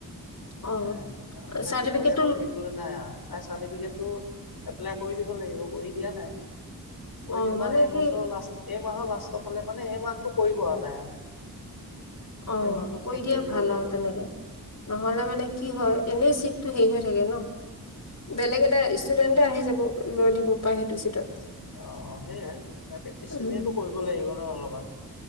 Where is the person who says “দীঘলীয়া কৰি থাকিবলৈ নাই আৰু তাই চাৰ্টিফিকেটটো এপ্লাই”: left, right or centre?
Left